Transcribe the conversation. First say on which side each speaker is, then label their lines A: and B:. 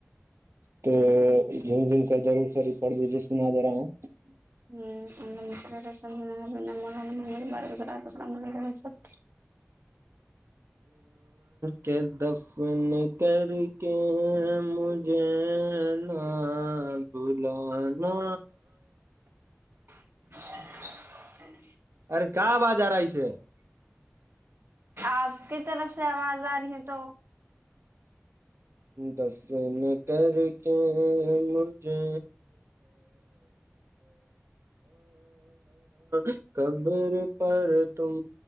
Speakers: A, on the right; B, on the right.
A: تو جھوم جھوم کے درود شریف پڑھ لیجئ سنا دے رہا ہوں
B: <inaudible>
A: کے دفن کر کر کے مجھے نا بلانا
B: <inaudible>
A: ارے کیا آواز آ رہا ہے اسے
B: آپ کی طرف سے آواز آ رہی ہے تو
A: دفن کر کے مجھے <inaudible> قبر پر تم